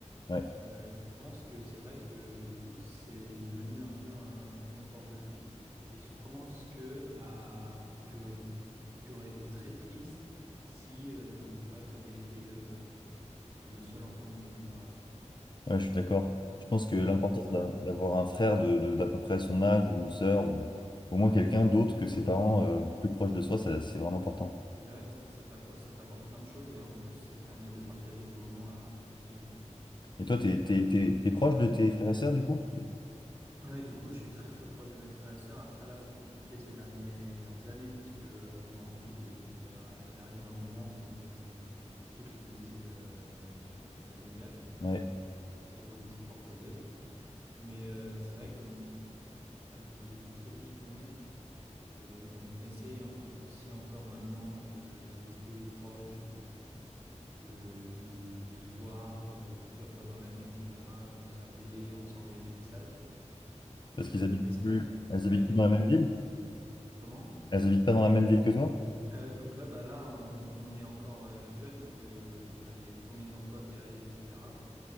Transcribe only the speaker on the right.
Euh, et je pense que c'est vrai que du coup, c'est devenu un peu un confort de vie. Et je pense que à- j'aurais, j'aurais été très triste si, euh, je sais pas, j'avais été euh, euh, le seul enfant de mes parents.
T'as
des frères et sœurs,
toi?
C'est vrai que ça, ça t'appo- ça t'apporte plein de choses et en plus, ça te permet de partager des moments à, à plusieurs.
T'as-
Ouais, du coup, je suis très très proche de mes frères et sœurs. Après, là, c'est compliqué ces dernières années parce que euh, on grandit et donc euh, il arrive un moment où on quitte le domicile euh, familial
pour voler de ses propres ailes. Mais euh, c'est vrai que euh, j'ai des très bons souvenirs et on essaye en- aussi encore maintenant de, de rester proche, de, de, de se voir euh, plusieurs fois dans l'année, etc., euh, s'appeler, en s'envoyer des messages.
Euh,
mais c'est
vrai que,
c'est
vrai que
j'ai
des
très bons
souvenirs. Comment?
Euh, donc là, bah là on, on est encore euh, jeune, donc euh, il y a les premiers emplois qui arrivent, etc.